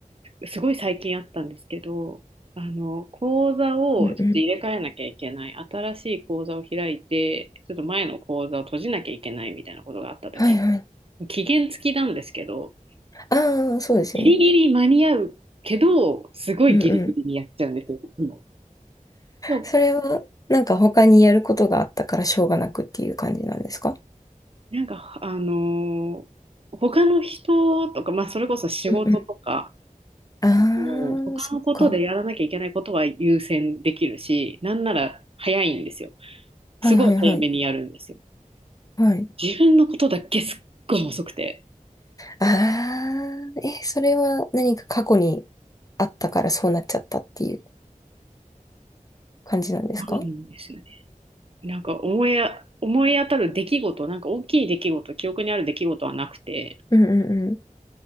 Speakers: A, on the right; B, on the left.
A: すごい最近あったんですけど、あの、講座をちょっと入れ替えなきゃいけない、
B: うんうん。
A: 新しい講座を開いて、ちょっと前の講座を閉じなきゃいけないみたいなことがあった時
B: はいはい。
A: に、期限付きなんですけど、
B: あー、そうですよね。
A: ギリギリ間に合うけど、すごいギリギリにやっちゃうんですよ。
B: うんうん。
A: いつもでも、
B: それは、なんか他にやることがあったからしょうがなくっていう感じなんですか
A: なんか、あのー他の人とか、まあ、それこそ仕事とか、
B: うんうん。あ
A: もう他のことでやらなきゃいけないことは優先できるし、
B: あ、そっか。
A: なんなら早いんですよ。すごい早めにやるんですよ。
B: はいはいはい。はい。
A: 自分のことだけすっごい遅くて、
B: ああ、え、それは何か過去にあったからそうなっちゃったっていう感じなんですか
A: 悪いんですよね。なんか思いあ、思い当たる出来事、なんか大きい出来事、記憶にある出来事はなくて、
B: うんうんう